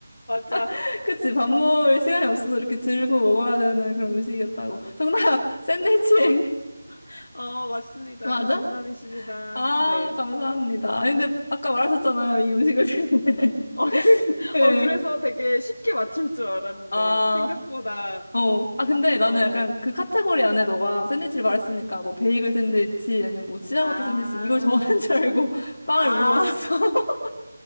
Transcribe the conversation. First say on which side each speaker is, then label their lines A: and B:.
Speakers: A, on the left (about 60°); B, on the left (about 35°).
A: 맞아.
B: <laughs> 그치, 밥 먹을 시간이 없어서 이렇게 들고 먹어야 되는 그런 음식이었다고. 정답! <laughs> 샌드위치!
A: 어 어, 맞습니다.
B: <laughs> 맞아?
A: 정답이십니다.
B: 아,
A: 네.
B: 감사합니다. 아니, 근데 아까 말하셨잖아요. 이 음식을. <laughs>
A: 어, 그래, <laughs>
B: 예.
A: 어, 그래서 되게 쉽게 맞출 줄 알았는데,
B: 아.
A: 생각보다,
B: 어. 아, 근데 나는
A: 어, 어.
B: 약간 그 카테고리 안에 너가 샌드위치를 말했으니까 뭐 베이글 샌드위치
A: 어.
B: 아니면 뭐 치아바타
A: 아,
B: 샌드위치 이걸 정하는 줄 알고 <laughs> 빵을
A: 아,
B: 물어봤어.
A: <laughs>
B: <laughs>